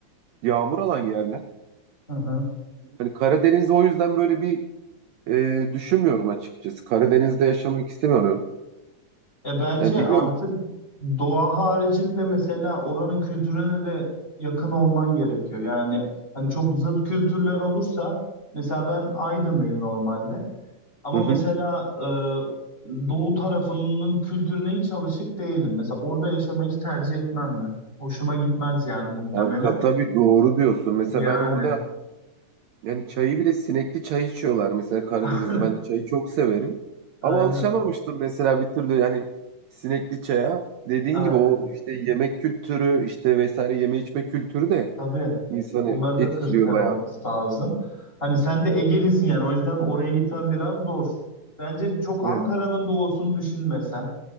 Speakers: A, on the right; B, on the left.
A: yağmur alan yerler.
B: aha.
A: Hani Karadeniz o yüzden böyle bir e, düşünmüyorum açıkçası. Karadeniz'de yaşamak istemiyorum.
B: Ya bence
A: Yani bilmiyorum.
B: artık doğa haricinde mesela oranın kültürüne de yakın olman gerekiyor. Yani hani çok zıt kültürler olursa mesela ben Aydınlıyım normalde ama
A: Hı hı.
B: mesela e, doğu tarafının kültürüne hiç alışık değilim. Mesela orada yaşamayı hiç tercih etmem ben. Hoşuma gitmez yani muhtemelen.
A: Kanka tabii doğru diyorsun. Mesela
B: Yani
A: ben orada yani çayı bile sinekli çay içiyorlar. Mesela Karadeniz'de
B: <laughs>
A: ben çayı çok severim.
B: aynen
A: Ama alışamamıştım mesela bir türlü yani sinekli çaya. Dediğin
B: aynen.
A: gibi o işte yemek kültürü işte vesaire yeme içme kültürü de
B: Tabii.
A: insanı
B: Onları
A: etkiliyor
B: da kriter
A: bayağı.
B: olması lazım. Hani sen de Egelisin yani o yüzden oraya gitmen biraz zor. Bence çok
A: Evet,
B: Ankara'nın doğusunu düşünmesen.